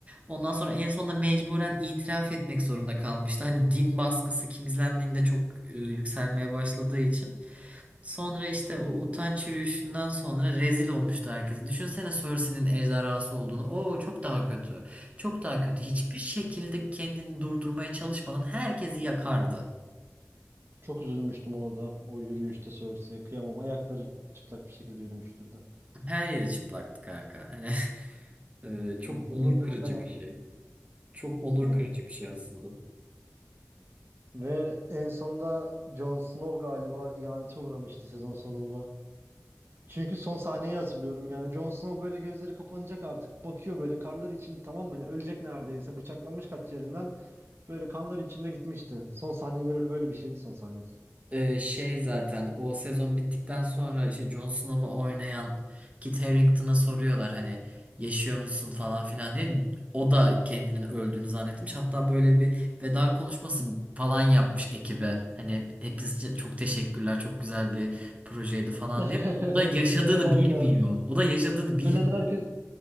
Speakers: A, on the right; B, on the right.
A: Ondan sonra en sonunda mecburen itiraf etmek zorunda kalmıştı. Hani din baskısı King's Landing'de çok e, yükselmeye başladığı için. Sonra işte o utanç yürüyüşünden sonra rezil olmuştu herkese. Düşünsene Cersei'nin ejderhası olduğunu. Oo çok daha kötü. Çok daha kötü. Hiçbir şekilde kendini durdurmaya çalışmadan herkesi yakardı.
B: Çok üzülmüştüm orada. O yürüyüşte Cersei'ye kıyamam. Ayakları çıplak bir şekilde yürümüştü bir de.
A: Her yeri çıplaktı kanka. Hani <laughs> Ee,
B: <laughs>
A: çok onur
B: Ne
A: kırıcı
B: o ben
A: bir şey. Çok onur
B: Ha.
A: kırıcı bir şey aslında.
B: Ve en sonda Jon Snow galiba ihanete uğramıştı sezon sonunda. Çünkü son sahneyi hatırlıyorum. Yani Jon Snow böyle gözleri kapanacak artık. Bakıyor böyle karlar içinde tamam mı? Hani ölecek neredeyse. Bıçaklanmış kaç yerinden. Böyle kanlar içinde gitmişti. Son sahneleri böyle bir şeydi son sahnesi.
A: Ee, şey zaten o sezon bittikten sonra işte Jon Snow'u oynayan Kit Harington'a soruyorlar hani yaşıyor musun falan filan diye. O da kendinin öldüğünü zannetmiş. Hatta böyle bir veda konuşması falan yapmış ekibe. Hani hepinize çok teşekkürler, çok güzel bir projeydi falan
B: <laughs>
A: diye. O da yaşadığını
B: Kıyamam
A: bilmiyor.
B: ya.
A: O da yaşadığını bilmiyor.
B: Ölen herkes